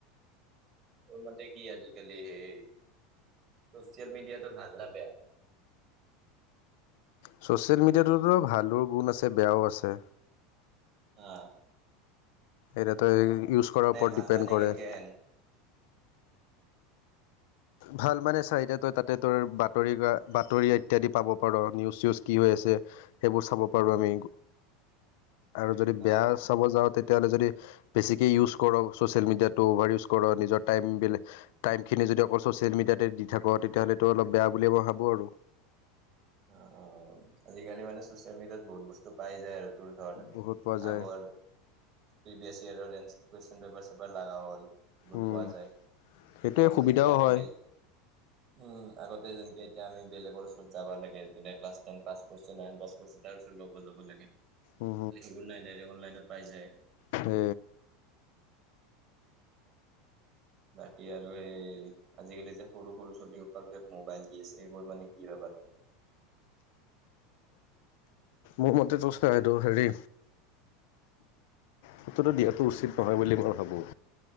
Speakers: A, on the right (about 30°); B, on the left (about 70°).
A: তোৰ মতে কি আজিকালি সেই, ছ'চিয়েল মিডিয়াটো ভাল না বেয়া?
B: ছ'চিয়েল মিডিয়াটোতো ভালো গুণ আছে, বেয়াও আছে।
A: অ।
B: সেইটোতো ইউজ কৰাৰ ওপৰত
A: ভাল
B: ডিপেণ্ড
A: মানে
B: কৰে।
A: কেনকে হেন
B: ভাল মানে চা এতিয়া তই তাতে তোৰ বাতৰি বাতৰি ইত্যাদি পাব পাৰ, নিউজ -চিউজ কি হৈ আছে। যে সেইবোৰ চাব পাৰো আমি।
A: <inaudible>
B: আৰু যদি বেয়া
A: আহ
B: চাব যাওঁ তে- তেতিয়াহলে যদি বেছিকে ইউজ কৰ চোচিয়েল মিডিয়াটো অভাৰ ইউজ কৰ, নিজৰ টাইমখিনি যদি। যদি অকল চচিয়েল মিডিয়াতে দি থাক, তেতিয়াহ'লেটো অলপ বেয়া বুলি মই ভাবো আৰু।
A: অ অ আজিকালি মানে চচিয়েল মিডিয়াত বহুত বস্তু পাই যায় আৰু। তোৰ ধৰ
B: বহুত পোৱা
A: আগৰ
B: যায়
A: প্ৰিভিয়াছ ইয়েৰৰ এঞ্চাৰ। কুৱেশ্যন পেপাৰ ছেপাৰ লাগা হ'ল। এইবোৰ
B: উম,
A: পোৱা যায়
B: সেইটোৱে
A: আগতে
B: সুবিধাও
A: যেনেকে আমি
B: হয়
A: বেল উম আগত এতিয়া যেনেকে এতিয়া আমি বেলেগৰ ওচৰত যাব লাগ যোনে ক্লাছ টেন পাছ কৰিছে নাইন কৰিছে তাৰ ওচৰত লব যাব লাগে,
B: উম
A: এ সেইবোৰ নাই ডাইৰেক অনলাইনত পাই যায়।
B: সে
A: বাকী আৰু এই আজিকালি যে সৰু সৰু ছলিসোপাক যে মোবাইল দি আছে সেইবোৰ মানে কি ভাব বাদ দে
B: মোৰ মতেটো এইটো হেৰি সেইটোটো দিয়াটো উচিত নহয় বুলি মই ভাবোঁ।